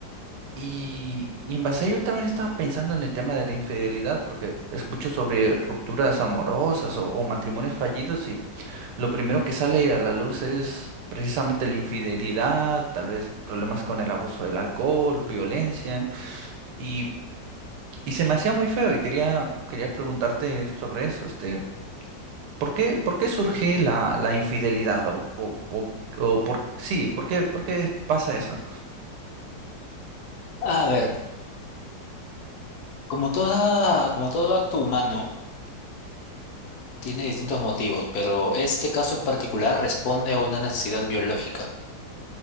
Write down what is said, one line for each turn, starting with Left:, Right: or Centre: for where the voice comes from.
Right: Y, y en base a ello también estaba pensando en el tema de la infidelidad, porque escucho sobre rupturas amorosas o, o matrimonios fallidos y lo primero que sale a la luz es precisamente la infidelidad, tal vez problemas con el abuso del alcohol, violencia y, y se me hacía muy feo y quería, quería preguntarte sobre eso, este. ¿Por qué, por qué surge la, la infidelidad? O, o, o- o por, sí, ¿por qué, por qué pasa eso?
Left: A ver, como toda, como todo acto humano tiene distintos motivos, pero este caso en particular responde a una necesidad biológica,